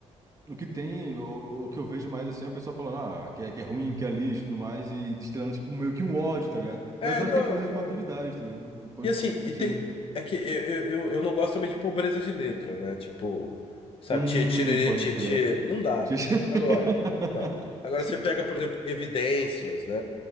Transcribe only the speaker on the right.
O que tem, o, o que eu vejo mais assim, é a pessoa falando, ah, que é, que é ruim, que é lixo e tudo mais, e destilando, tipo, meio que um ódio, tá ligado?
Mas eu
acho que é coisa de
maturidade, tá ligado? Pode,
não
sei.
Hum,
pode
crer.
<laughs>